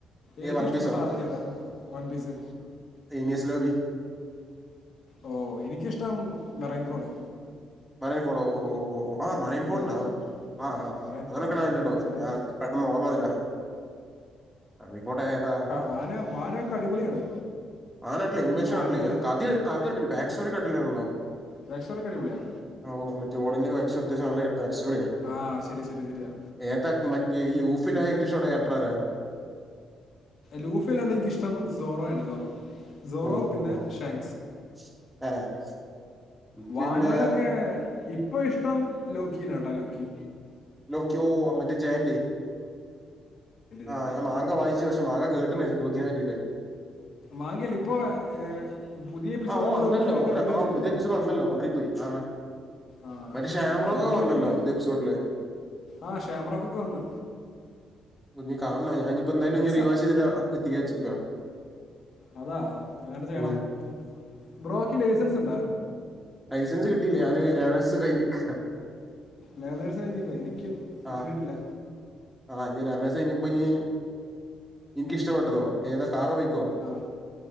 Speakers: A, in the centre; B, on the left.
A: ഏ
B: ഏറ്റവും
A: വൺ
B: ഇഷ്ടപ്പെട്ട
A: പീസോ
B: ആർക്കേതാ വൺപീസ്?
A: ദേമിയസ്ലോവ്ലി
B: ഓ എനിക്കിഷ്ടം മെറൈൻ ഫോളി
A: മറെയിൻ ഫോടോ ഓ ഓ ഓഓ ആ മറെയിൻ
B: മെറൈൻ
A: ഫോട്ണ്ടാവും.
B: ഫോർഡ്
A: ആഹ് ആഹ്
B: മെറൈൻ
A: അങ്ങനെയൊക്കെയാണെങ്കിലാട്ടോ
B: ഫോർഡ് മെറൈൻ മെറൈൻ
A: ഞാൻ പെട്ടെന്ന് ഓർമ്മ വര അയിക്കോട്ടെ ഏന്ന
B: വാന് വനൊക്കെ അടിപൊളിയാണ്
A: ആ നാട്ടില്ലേ എനിമേഷൻട്ടില്ലെ
B: വാനോല്
A: കാത്തി കാട്ടിലിൽ പാക്ക്സ്കട്ടില്ലാണല്ലോ
B: റക്സ്സൊറിനടിപൊളിയാ.
A: ആവോ മറ്റെ ഓടിന്റെ വൈബ്സ് അത്യാവശ്യാണല്ലേ റക്സോറിയ
B: ആഹ് ശരി ശരി ശരിയാ.
A: ഏതാക്കി മാറ്റിയെ ഈ ഊഫില ഏറ്റഷോടെ എത്രയട
B: ലൂഫിലാണ് എനിക്കിഷ്ടം സോറോയാണ് സോറോ സോറോ
A: ഓ
B: പിന്നെ
A: ഓ ഓ
B: ഷാങ്ക്സ്
A: <unintelligible> എനിക്ക്
B: വാനോലൊക്കെ
A: പിന്നെ
B: ഇപ്പൊ ഇഷ്ടം ലോക്കീനട്ടോ ലൊക്കി
A: ലോക്കി ഓ മറ്റേ ജയന്റ്
B: <unintelligible>
A: ആഹ് ഞാൻ മാങ്ക വായിച്ചു പക്ഷെ മാങ്ങ കേട്ട് ലോക്കിനാക്കിട്ട്
B: മാങ്കല് ഇപ്പൊ ഏഹ് പുതിയ എപ്പിസോഡില്
A: ആ ഓൻ വന്നല്ലോ
B: ലോക്കിനൊക്കെ
A: ഓന്
B: റിവേലെയ്തില്ലേ
A: ആ പുതിയ എപ്പിസോഡ് വന്നല്ലോ മാറിപ്പോയി ആ
B: ആഹ്
A: മറ്റേ ഷാംറോക്കൊക്കെ
B: നോക്കിയ
A: വന്നല്ലോ
B: അടിപൊളിയാ
A: പുതിയ എപ്പിസോഡില്
B: ആഹ് ഷാമറക്കൊക്കെ വന്ന്
A: ഇക്ക് കാണണം ഞാനിഞ്ഞ്പ്പം തന്നെ
B: നൈസാ
A: റീവാഷ് ചെയ്തിട്ട് എത്തിക്കാച്ചിര് ക്കാ.
B: അതാ അ അങ്ങനെ ചെയ്യണം.
A: ഉം
B: ബ്രോക്ക് ലൈസൻസ് ണ്ടോ?
A: ലൈസൻസ് കിട്ടിയില്ലേ ഞാന് ലേണേഴ്‌സ് കഴിഞ്ഞ്ക്കാ.
B: ലേണേഴ്സ് കഴിഞ്ഞ്ക്ക എനിക്കും കിട്ടീട്ടില്ല
A: ആഹ് ആഹ് ഇഞ്ഞ് ലേണേഴ്‌സ് കഴിഞ്ഞപ്പഞ്ഞ് ഇൻക്കിഷ്ടപ്പെട്ടതോ ഏതാ കാറോ ബൈക്കോ?
B: ആ